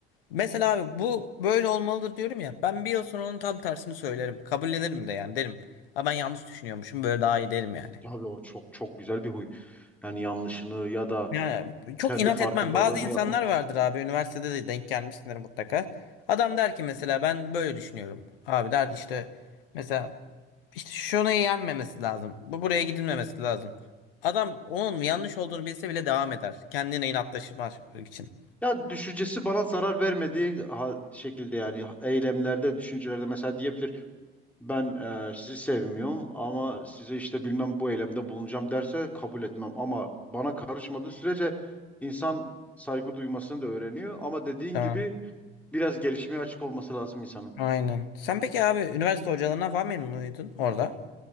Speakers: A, on the left; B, in the centre.
A: Mesela abi bu böyle olmalıdır diyorum ya. Ben bir yıl sonra onun tam tersini söylerim. Kabul ederim de yani derim. Ha ben yanlış düşünüyormuşum böyle daha iyi derim yani.
B: Abi o çok çok güzel bir huy. Yani yanlışını ya da
A: Yani çok
B: kendi
A: inat
B: farkındalığını
A: etmem. Bazı insanlar
B: yapmak
A: vardır abi üniversitede de denk gelmişsindir mutlaka. Adam der ki mesela ben böyle düşünüyorum. Abi der işte mesela işte şunu yenmemesi lazım. Bu buraya gidilmemesi lazım. Adam onun yanlış olduğunu bilse bile devam eder. Kendine inatlaşmak için.
B: Ya düşüncesi bana zarar vermediği ha- şekilde yani eylemlerde, düşüncelerde mesela diyebilir ben e, sizi sevmiyorum ama size işte bilmem bu eylemde bulunacağım derse kabul etmem ama bana karışmadığı sürece insan saygı duymasını da öğreniyor ama dediğin
A: Tamam.
B: gibi biraz gelişmeye açık olması lazım insanın.
A: Aynen. Sen peki abi üniversite hocalarından falan memnun muydun orada?